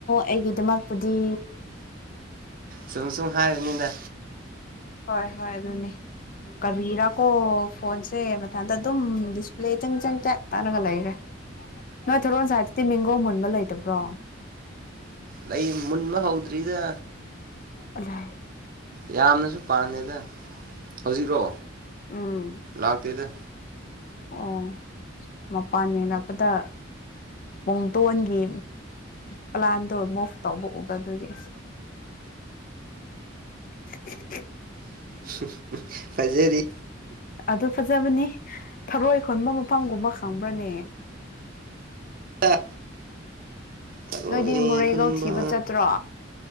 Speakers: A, on the left; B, on the right.
A: ꯑꯩꯒꯤꯗꯃꯄꯨꯗꯤ
B: ꯁꯨꯝ ꯁꯨꯝ ꯍꯥꯏꯕꯅꯤꯗ
A: ꯍꯣꯏ ꯍꯣꯏ ꯑꯗꯨꯅꯦ ꯀꯔꯤꯔꯥꯀꯣ ꯐꯣꯟꯁꯦ ꯃꯊꯟꯗ ꯑꯗꯨꯝ ꯗꯤꯁꯄ꯭ꯂꯦ ꯏ ꯆꯪ ꯆꯪ ꯆꯠ ꯇꯅꯒ ꯂꯩꯔꯦ ꯅꯣꯏ ꯊꯔꯣꯟ ꯁꯏꯠꯇꯗꯤ ꯃꯦꯡꯒꯣ ꯃꯨꯟꯕ ꯂꯩꯇꯕ꯭ꯔꯣ
B: ꯂꯩ ꯃꯨꯟꯕ ꯍꯧꯗ꯭ꯔꯤꯗ
A: ꯑꯂꯦ
B: ꯌꯥꯝꯅꯁꯨ ꯄꯥꯟꯗꯦꯗ ꯍꯧꯖꯤꯛꯔꯣ
A: ꯎꯝ
B: ꯂꯥꯛꯇꯦꯗ
A: ꯑꯣ ꯃꯄꯥꯟ ꯌꯦꯡꯛꯄꯗ ꯄꯨꯡꯇꯣꯟꯒꯤ ꯄ꯭ꯂꯥꯟꯗꯣ ꯃꯨꯚ ꯇꯧꯕ ꯎꯕ ꯑꯥꯗꯒꯤ ꯈ ꯈ ꯈ
B: ꯍꯨꯝ ꯍꯨꯃ ꯍꯨꯝ ꯐꯖꯔꯤ
A: ꯑꯗꯨ ꯐꯖꯕꯅꯤ ꯊꯔꯣꯏ ꯈꯨꯨꯟꯕ ꯃꯐꯝꯒꯨꯝꯕ ꯈꯪꯕ꯭ꯔꯅꯦ
B: ꯇ ꯇꯔꯣꯏ
A: ꯅꯣꯏꯗꯤ ꯃꯣꯔꯦꯒꯥꯎ
B: ꯈꯨꯟꯕ
A: ꯊꯤꯕ ꯆꯠꯇ꯭ꯔꯣ